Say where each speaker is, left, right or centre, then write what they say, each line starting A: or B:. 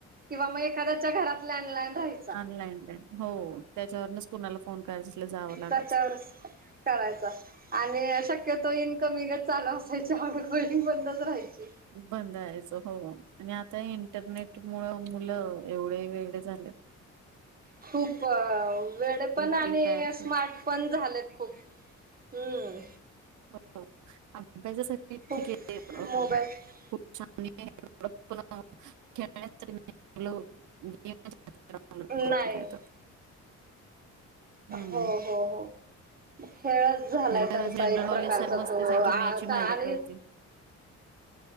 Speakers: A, on the right; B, on the right.
A: किंवा म एखाद्याच्या घरात लँडलाईन राहाय
B: लॅनलाईन हो त्याच्यावरूनच कुणाला फोन करायचं असलं जावं लागायचं.
A: त्याच्यावरच करायचा आणि शक्यतो इनकमिंग चालू असायची ऑडकॉलिंग बंदच राहायची.
B: बंदायचं राहायचं हो आणि आ ता इंटरनेट मुळं मुलं एवढे वेळे झाल्यात.
A: खूप वेळे पण आणि
B: फ्री फायर खेळ
A: स्मार्ट पण झालेत खूप. हम्म.
B: <unintelligible>
A: खूप मोबाईल
B: <unintelligible> <unintelligible>
A: नाही
B: हम्म.
A: हो हो हो खेळच झालाय
B: नाहीतर
A: त्यांचा
B: असं जनरल
A: एक
B: नॉलेज
A: प्रकारचा
B: सारी मस्त
A: तो
B: सारी दुनियाची
A: आता
B: माहिती
A: आणि
B: कळते